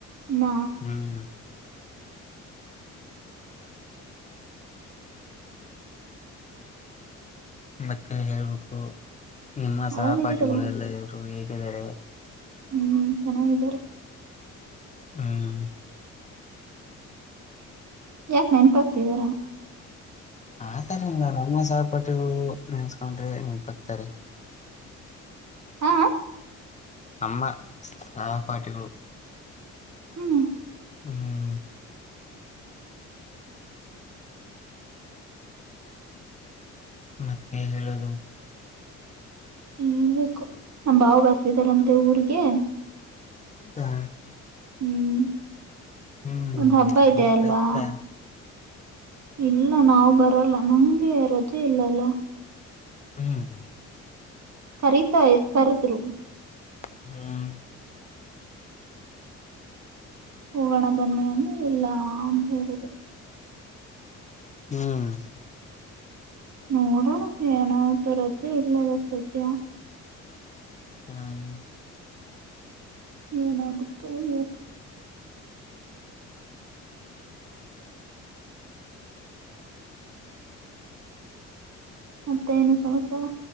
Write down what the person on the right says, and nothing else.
ನ..
ಆರಾಮಿದೀರಲ್ಲ
ಹ್ಮ್ ಚೆನ್ನಾಗಿದಾರ.
ಯಾಕ ನೆನಪಾಗಗ್ತಿದಾರಾ.
ಹಾ.
ಹ್ಮ್. ಈ
ಹ.
ಹೇಳ್ಬೇಕು ನಮ್ಮ ಬಾವ ಬರ್ತಿದಾರಂತ ಊರಿಗಿ.
ಹ್ಮ್.
ಒಂದ್ ಹಬ್ಬ
ಇದೆ ಅಲ್ವಾ.
ಇಲ್ಲ ನಾವವು ಬರಲ್ಲ ನಂಗೆ ರಜೆ ಇಲ್ಲಲ್ಲ.
ಕರೀತಾ ಕರೆದ್ರು.
ಹೋಗೋಣ ಬನ್ನಿ ಅಂತ. ಇಲ್ಲಂತ ಹೇಳುದು.
ನೋಡೋಣ ಏನತು ರಜೆ ಇಲ್ಲ ಇವಾಗ ಸದ
ಏನಾಗುತ್ತೋ ಏನೋ ಮತ್ತೆ ಏನು ಸಮಾಚಾರ